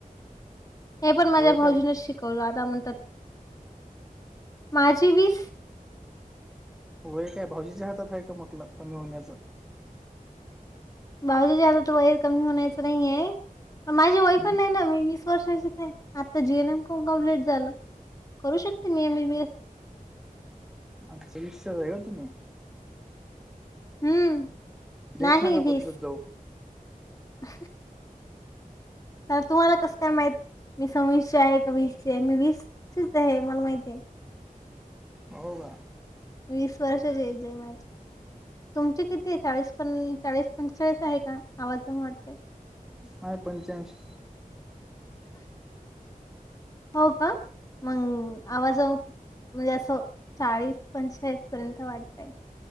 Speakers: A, on the left; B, in the centre.
A: हे पण माझ्या
B: वय
A: भाऊजींनाच
B: काय
A: शिक करू आता म्हणतात माझी वीस
B: वय काय भाऊजीच्या हातात आहे का म्हटलं कमी होण्याचं
A: भाऊजीच्या हातात तर वय कमी होण्याच नाही आहे पण माझे वय
B: हम्म
A: पण नाही ना मी वीस वर्षाचीच आहे आता जीएनएम को कमप्लीट झालं करू शकते मी एमबीबीएस
B: अच्छा वीसचेच आहेत का तुम्ही
A: हम्म नाही
B: डेट नका
A: वीस
B: बदलत जाऊ
A: <inaudible> तर तुम्हाला कसं काय? माहित मी सव्वीसची आहे का वीसची आहे मी वीसचीच आहे मला माहिती आहे.
B: हो का
A: वीस वर्षच एज आहे माझी तुमची किती आहे चाळीस प चाळीस पंचेचाळीस आहे का आवाज पण वाटते
B: हाय पंच्याऐशी
A: हो का मंग हो आवाजप म्हणजे असं चाळीस पंचाळीस पर्यंत वाटताय